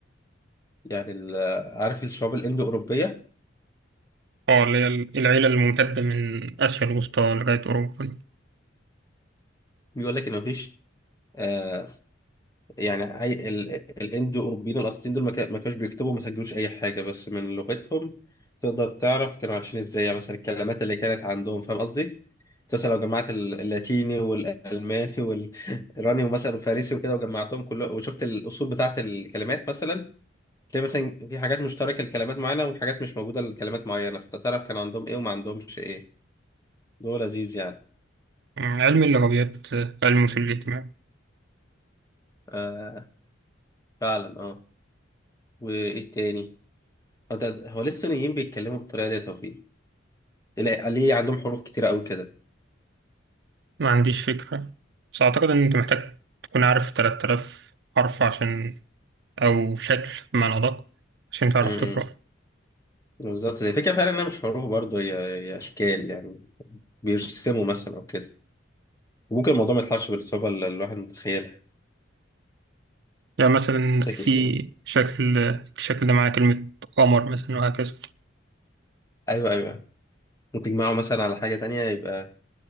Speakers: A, on the left; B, on the right.
A: يعني ال- عارف الشعوب الاندو اوروبية
B: اه اللي هي ال- العيلة الممتدة من آسيا الوسطى لغاية أوروبا
A: بيقول لك ان مفيش آه، يعني اي ال- الاندو اوروبيين الاصليين دول ما كا- ما كانوش بيكتبوا ما سجلوش اي حاجه بس من لغتهم تقدر تعرف كانوا عايشين ازاي يعني مثلا الكلمات اللي كانت عندهم فاهم قصدي؟ مثلا لو جمعت ال- اللاتيني والالماني والايراني <laughs> ومثلا الفارسي وكده وجمعتهم كله وشفت الاصول بتاعت الكلمات مثلا تلاقي مثلا في حاجات مشتركه لكلمات معينه وحاجات مش موجوده لكلمات معينه فتعرف كان عندهم ايه وما عندهمش ايه ده لذيذ يعني
B: مم، علم اللغويات آه، علم وسيلة الاجتماع
A: آه فعلا اه وايه تاني؟ هو ده- هو ليه الصينيين بيتكلموا بالطريقه دي يا توفيق؟ لا، ليه عندهم حروف كتيرة قوي كده
B: ما عنديش فكرة بس أعتقد إن أنت محتاج تكون عارف 3000 حرف عشان أو شكل بمعنى أدق عشان تعرف
A: امم
B: تقرأ
A: بالظبط زي فكرة فعلا انها مش حروف برضه هي هي اشكال يعني بيرسموا مثلا او كده وممكن الموضوع ما يطلعش بالصعوبة اللي الواحد متخيلها
B: يعني مثلا
A: بس
B: في
A: أكيد-
B: شكل الشكل ده معناه كلمة قمر مثلا وهكذا
A: ايوه ايوه ممكن تجمعه مثلا على حاجة تانية يبقى